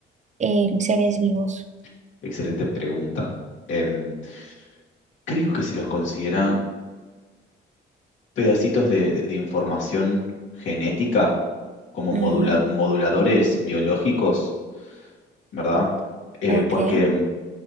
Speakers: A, on the right; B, on the left.
A: em, seres vivos?
B: <laughs> Excelente pregunta. Em, creo que se los considera. pedacitos de, de- de información genética como
A: Mm,
B: modula- moduladores biológicos, ¿verdad? Eh,
A: ok.
B: porque mm,